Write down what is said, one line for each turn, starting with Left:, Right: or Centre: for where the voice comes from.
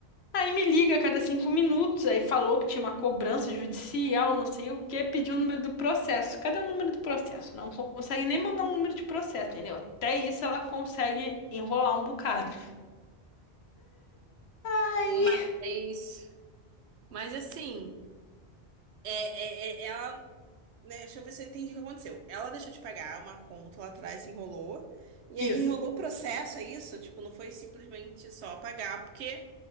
Left: Aí me liga a cada cinco minutos, aí falou que tinha uma cobrança judicial, não sei o quê, pediu o número do processo. Cadê o número do processo? Não consegue nem mandar um número de processo, entendeu? Até isso ela consegue enrolar um bocado. <laughs>
Right: Mas, mas assim, é, é, é- ela, né, deixa eu ver se eu entendi o que aconteceu. Ela deixou de pagar uma conta lá atrás, se enrolou. E
Left: Isso.
Right: aí enrolou o processo, é isso? Tipo, não foi simplesmente só pagar, porque